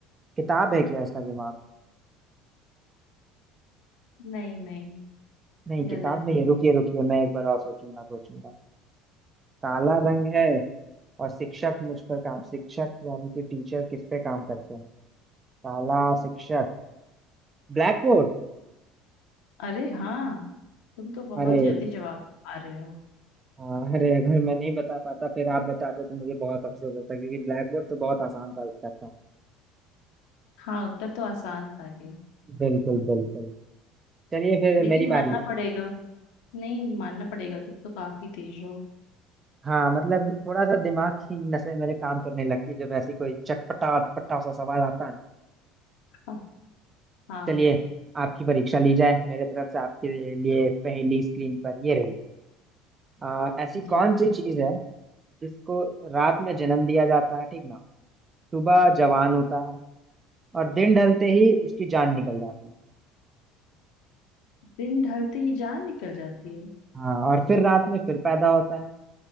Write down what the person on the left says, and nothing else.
नहीं नहीं
गलत
अरे हाँ तुम तो बहुत
जल्दी जवाब दे पा रहे हो
हाँ उत्तर तो आसान था ये
लेकिन
मानना
पड़ेगा नहीं मानना पड़ेगा तुम तो काफी तेज हो
हाँ हाँ
हाँ,
जी
दिन ढलते ही जान निकल जाती है